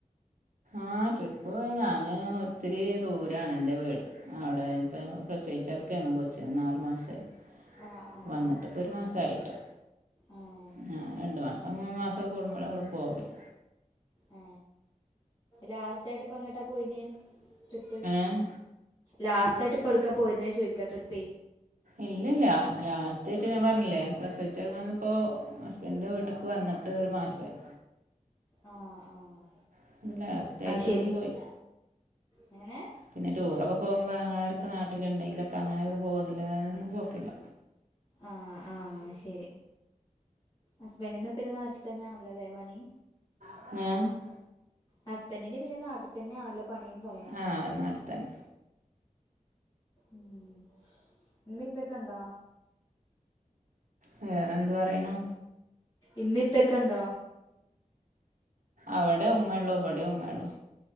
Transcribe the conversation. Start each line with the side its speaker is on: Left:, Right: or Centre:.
Right: ആ. ട്രിപ്പ് ഞാന് ഒത്തിരി ദൂരാണ് എൻ്റെ വീട്. അവിടെ ഇപ്പ പ്രസവിച്ചടക്കാണ്. കൊച്ചിന്‌ ന്നാല് മാസായി.
Left: ആഹ് ആഹ്
Right: വന്നിട്ട്പ്പൊ
Left: ആഹ് ശരി
Right: ഒരു മാസയിട്ടോ.
Left: ആഹ്
Right: ഞാൻ രണ്ട് മാസം മൂന്ന് മാസം ക്കെ കൂടുമ്പൊളൊള്ളു പോവല്.
Left: ഏ. ലാസ്റ്റ് ആയിട്ട് ഇപ്പ എങ്ങട്ടാ പോയിന്യേ? ട്രിപ്പ്.
Right: ഏ
Left: ലാസ്റ്റ് ആയിട്ട് ഇപ്പ എടുക്കാ പോയിന്ന്യേ ചോദിക്കാ ട്രിപ്പേ?
Right: ഇല്ലല്ല. ലാസ്റ്റ് ആയിട്ട് ഞാൻ പറഞ്ഞില്ലേ പ്രസവിച്ചടന്നപ്പോ
Left: ആഹ്
Right: <unintelligible> എൻ്റെ വീട്ട്ക്ക് വന്നിട്ട് ഒരു മാസായി.
Left: ആഹ് ആഹ്
Right: <unintelligible> ലാസ്റ്റ് ആയിട്ടൊന്നും
Left: അത് ശരി
Right: പോയി.
Left: എങ്ങനെ
Right: പിന്നെ ടൂറൊക്കെ പോകുമ്പോ ആങ്ങളാരൊക്കെ നട്ടിലുണ്ടെങ്കിലൊക്കെ അങ്ങനെയൊക്കെ പോക <unintelligible> പോക്കില്ല.
Left: ആഹ് ആഹ് ശരി. ഹസ്ബൻഡന് പിന്നെ നാട്ടിൽ തന്നേണല്ലോലേ പണി.
Right: <unintelligible>
Left: ഹസ്ബന്റിന് പിന്നെ നാട്ടിൽ തന്നാണല്ലോ ലേ പണി ന്ന് പറിയ.
Right: ആ നാട്ടി തന്നെ.
Left: ഉം. ഇമ്മിം ഇപ്പിം ക്കെ ണ്ടോ?
Right: വേറെന്ത് പറയ്ണു.
Left: ഇമ്മിം ഇപ്പിം ക്കണ്ടോ?
Right: അവിടെ ഉമ്മയള്ളൂ. ഇവിടെം ഉമ്മയുള്ളൂ.